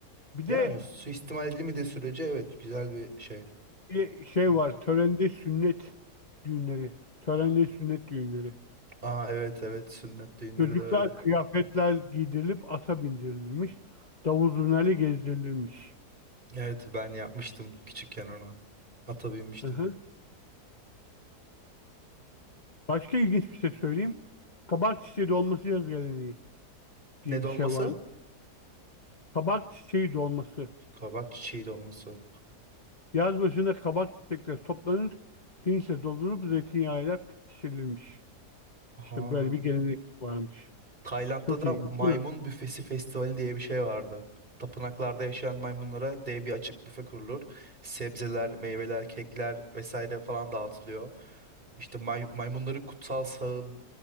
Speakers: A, on the left; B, on the right.
A: Bir
B: Yani
A: de
B: suistimal edilmediği sürece evet güzel bir şey.
A: Bir de şey
B: Mantık.
A: var. Törende sünnet düğünleri. Törenli sünnet düğünleri.
B: Aa evet evet sünnet düğünleri
A: Çocuklar
B: de öyle.
A: kıyafetler giydirilip ata bindirilmiş. Davul zurnayla gezdirilirmiş.
B: Evet ben yapmıştım küçükken onu. Ata binmiştim.
A: Hı hı. Başka ilginç bir şey söyleyeyim. Kabak çiçeği dolması yaz geleneği
B: Ne
A: diye
B: dolması?
A: bir şey var mı? Kabak çiçeği dolması.
B: Kabak çiçeği dolması.
A: Yaz başında kabak çiçekleri toplanır, pirinçle doldurup zeytinyağıyla pişirilmiş.
B: Aha.
A: İşte böyle bir gelenek varmış.
B: Tayland'da
A: Çok
B: da
A: ilginç
B: maymun
A: değil mi?
B: büfesi festivali diye bir şey vardı. Tapınaklarda yaşayan maymunlara dev bir açık büfe kurulur. Sebzeler, meyveler, kekler vesaire falan dağıtılıyor. İşte may- maymunların kutsal sağıl-